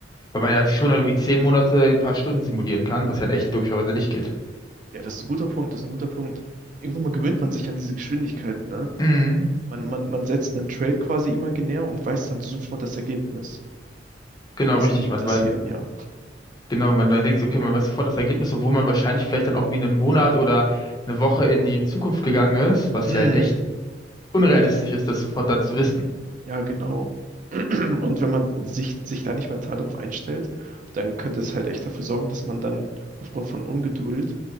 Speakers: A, on the left (about 20°); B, on the right (about 45°).
A: weil
B: Oh,
A: man ja schon irgendwie zehn Monate in ein paar Stunden simulieren kann, was ja in echt logischerweise nicht geht.
B: ja, das ist ein guter Punkt, das ist ein guter Punkt. Irgendwann mal gewöhnt man sich an diese Geschwindigkeit, ne?
A: Mhm.
B: Man, man, man setzt einen Trade quasi imaginär und weiß dann sofort das Ergebnis.
A: Genau,
B: Das
A: richtig.
B: liebt
A: Man,
B: das
A: weil,
B: Hirn, ja.
A: genau, man dann denkt, so, okay, man weiß sofort das Ergebnis, obwohl man wahrscheinlich vielleicht dann auch irgendwie einen Monat oder eine Woche in die Zukunft gegangen ist, was
B: Mhm.
A: ja in echt unrealistisch ist, das sofort dann zu wissen.
B: Ja, genau. <clears throat> Und wenn man sich, sich da nicht mental darauf einstellt, dann könnte es halt echt dafür sorgen, dass man dann aufgrund von Ungeduld,